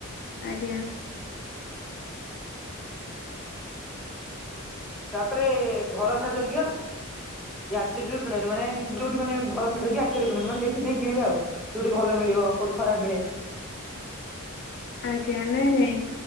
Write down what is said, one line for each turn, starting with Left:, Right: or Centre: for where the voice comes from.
Left: ଆଜ୍ଞା।
Centre: ତାପରେ ଭରସା ଯୋଗ୍ୟ ଇଏ ଅଚେରି ରୁ କିଣନ୍ତି ମାନେ ଯୋଉଠି ମାନେ ଭରସା ଯୋଗ୍ୟ ଆଚେରି କିଣନ୍ତି ମାନେ ଦେଖି ଚାହିଁ କିଣିବେ ଆଉ? ଯୋଉଠି ଭଲ ମିଳିବ କୋଉଠି ଖରାପ ମିଳେ।
Left: ଆଜ୍ଞା ନାଇଁ ନାଇଁ।